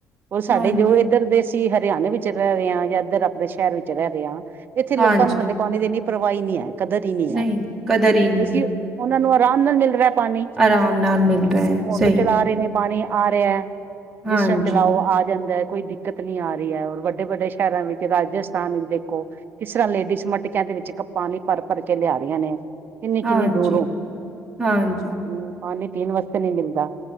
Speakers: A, on the right; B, in the centre.
A: ਓਰ ਸਾਡੇ
B: ਹਾਂਜੀ
A: ਜੋ ਏਧਰ ਦੇ ਅਸੀ ਹਰਿਆਨੇ ਵਿੱਚ ਰੈ ਰਏ ਆ ਯਾ ਏਧਰ ਆਪਨੇ ਸ਼ੈਰ ਵਿੱਚ ਰੈ ਰਹੇ ਆ। ਇੱਥੇ ਲੋਕਾਂ
B: ਹਾਂਜੀ
A: ਨੂੰ ਹਲੇ ਪਾਣੀ ਦੀ ਇੰਨੀ ਪਰਵਾਹ ਈ ਨੀ ਏ, ਕਦਰ ਈ ਨੀ ਏ,
B: ਨਹੀਂ ਕਦਰ ਹੀ ਨਹੀਂ
A: ਕਿਉਂਕਿ
B: ਹੈ
A: ਉਹਨਾਂ ਨੂੰ ਆਰਾਮ ਨਾਲ ਮਿਲ ਰੇਹਾ ਪਾਣੀ।
B: ਆਰਾਮ ਨਾਲ ਮਿਲ ਰਿਹਾ ਹੈ
A: ਮੋਟਰ
B: ਸਹੀ
A: ਚਲਾ ਰਹੇ ਨੇ। ਪਾਣੀ ਆ ਰੇਆ,
B: ਹਾਂਜੀ
A: ਜਿਸ ਟਾਈਮ ਚਲਾਓ ਆ ਜਾਂਦਾ ਏ। ਕੋਈ ਦਿੱਕਤ ਨਈ ਆ ਹੀ ਏ, ਹੋਰ ਵੱਡੇ-ਵੱਡੇ ਸ਼ਹਿਰਾਂ ਵਿੱ ਰਾਜਸਥਾਨ ਇੱਚ ਦੇਖੋ, ਕਿਸ ਤਰ੍ਹਾਂ ਲੇਡੀਜ਼ ਮਟਕਿਆਂ ਦੇ ਵਿੱਚ ਕਪ ਪਾਣੀ ਭਰ-ਭਰ ਕੇ ਲਿਆ ਰਹੀਆਂ ਨੇ। ਕਿੰਨੀ-ਕਿੰਨੀ
B: ਹਾਂਜੀ
A: ਦੂਰੋਂ,
B: ਹਾਂਜੀ
A: ਹੂੰ, ਪਾਣੀ ਪੀਣ ਵਾਸਤੇ ਨੀ ਮਿਲਦਾ।